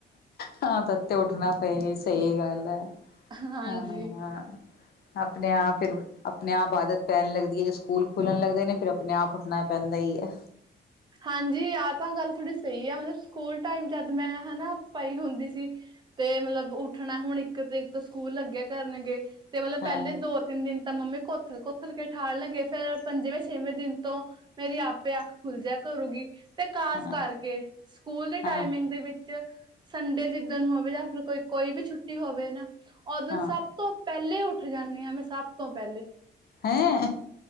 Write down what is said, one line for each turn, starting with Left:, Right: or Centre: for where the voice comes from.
Left: ਤਾਂ ਤੱਕ ਤੇ ਉੱਠਨਾ ਪਏ ਸਈ ਗੱਲ ਐ
Right: ਹਾਂਜੀ
Left: ਹਾਂ। ਆਪਣੇ ਆਪ ਫੇਰ ਆਪਣੇ ਆਪ ਆਦਤ ਪੈਣ ਲੱਗਦੀ ਏ ਜੇ ਸਕੂਲ ਖੁਲੱਨ ਲੱਗਦੇ ਨੇ ਫੇਰ ਆਪਣੇ ਆਪ ਉਠਣਾ ਪੈਂਦਾ ਈ ਐ।
Right: ਹਾਂਜੀ ਆਹ ਤਾਂ ਗੱਲ ਥੋੜ੍ਹੀ ਸਹੀ ਆ ਮਤਲਬ ਸਕੂਲ ਟਾਈਮ ਜਦ ਮੈਂ ਹਨਾ ਪਈ ਹੁੰਦੀ ਸੀ ਤੇ ਮਤਲਬ ਉੱਠਣਾ ਹੁਣ ਇੱਕ ਤਰੀਕ ਤੋਂ ਸਕੂਲ ਲੱਗਿਆ ਕਰਨਗੇ ਤੇ ਮਤਲਬ
Left: ਹਾਂ
Right: ਪੈਲੇ ਦੋ ਤਿੰਨ ਦਿਨ ਤਾਂ ਮੰਮੀ ਕੋਥ ਕੋਥਲ ਕੇ ਠਾਨ ਲੱਗੇ ਫੇਰ ਪੰਜਵੇਂ, ਛੇਵੇਂ ਦਿਨ ਤੋਂ ਮੇਰੀ ਆਪੇ ਅੱਖ ਖੁੱਲ ਜਿਆ ਕਰੂਗੀ ਤੇ ਖਾਸ
Left: ਹਾਂ
Right: ਕਰਕੇ ਸਕੂਲ ਦੇ ਟਾਈਮਿੰਗ
Left: ਹਾਂ
Right: ਦੇ ਵਿੱਚ ਸੰਡੇ ਜਿੱਦਣ ਹੋਵੇ ਜਾਂ ਫਿਰ ਕੋਈ ਕੋਈ ਵੀ ਛੁੱਟੀ ਹੋਵੇ ਨਾ, ਓਦਨ
Left: ਹਾਂ।
Right: ਸਭ ਤੋਂ ਪਹਿਲੇ ਉੱਠ ਜਾਂਨੇ ਆ, ਮੈਂ ਸਭ ਤੋਂ ਪਹਿਲੇ।
Left: ਹੈਂ!